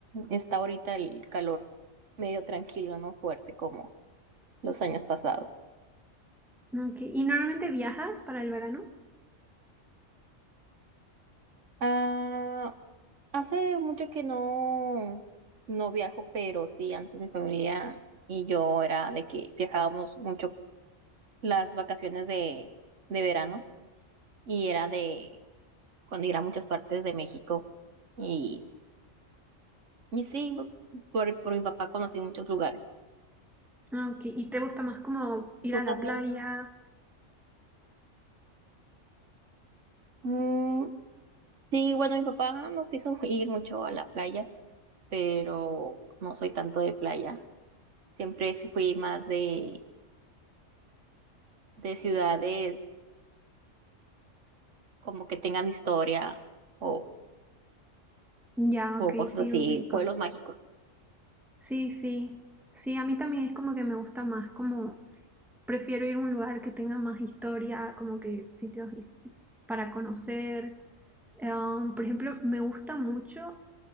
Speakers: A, on the right; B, in the centre.
A: está ahorita el calor medio tranquilo, no fuerte como los años pasados.
B: Ok, ¿Y normalmente viajas para el verano?
A: Ah. Hace mucho que no, no viajo, pero sí, antes mi familia y yo era de que viajábamos mucho las vacaciones de, de verano y era de cuando ir a muchas partes de México. Y, y sí, por, por mi papá conocí muchos lugares.
B: Ah, Ok, ¿y te gusta más como ir
A: Tú
B: a la
A: también.
B: playa?
A: mm, sí, bueno, mi papá nos hizo <laughs> ir mucho a la playa, pero no soy tanto de playa. Siempre sí fui más de, de ciudades como que tengan historia o,
B: Ya,
A: o
B: ok,
A: cosas
B: sí,
A: así,
B: ubico.
A: pueblos mágicos.
B: Sí, sí, sí, a mí también es como que me gusta más como, prefiero ir a un lugar que tenga más historia, como que sitios his- para conocer. Eh, um, por ejemplo, me gusta mucho